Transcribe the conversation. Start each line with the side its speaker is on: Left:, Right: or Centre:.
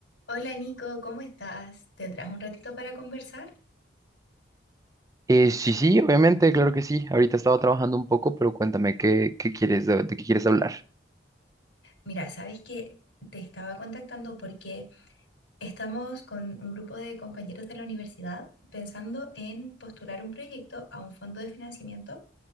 Left: Hola Nico, ¿cómo estás? ¿Tendrás un ratito para conversar?
Right: Eh, sí, sí, obviamente, claro que sí. Ahorita estaba trabajando un poco, pero cuéntame qué, qué quieres, de, de qué quieres hablar.
Left: Mira, sabes que te estaba contactando porque estamos con un grupo de compañeros de la universidad pensando en postular un proyecto a un fondo de financiamiento